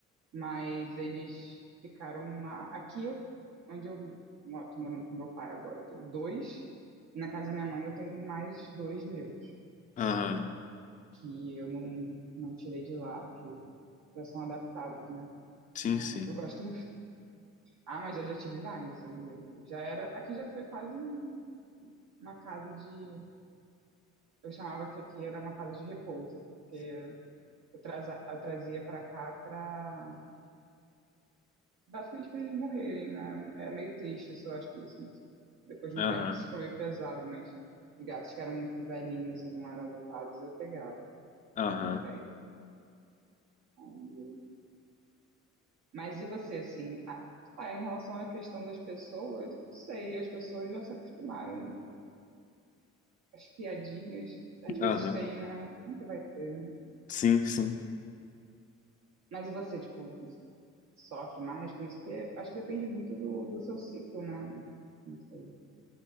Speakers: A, on the right; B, on the left.
A: Mas eles ficaram lá. Aqui eu, onde eu moro, tô morando com meu pai agora, eu tenho dois. E na casa da minha mãe eu tenho mais dois meus,
B: Aham,
A: que eu não, não tirei de lá, porque já são adaptados, né?
B: sim,
A: Mas
B: sim,
A: eu gosto Ah, mas eu já tive mais, sabia? Já era. Aqui já foi quase um- uma casa de. Eu chamava que aqui era uma casa de repouso, porque eu, traza- eu trazia pra cá pra. Basicamente pra eles morrerem, né? É meio triste isso, eu acho que isso. Depois de
B: aham,
A: um tempo <laughs> isso ficou meio pesado, mas de gatos que eram muito velhinhos e não eram adotados, eu pegava.
B: aham,
A: Daí- aí- Mas e você, assim? a- ah, em relação à questão das pessoas, eu não sei, as pessoas já se acostumaram. as piadinhas. Às vezes
B: aham,
A: tem, né? Sempre vai ter.
B: sim, sim.
A: Mas você, tipo, você sofre mais com isso? Porque acho que depende muito do, do seu ciclo, né? Não sei,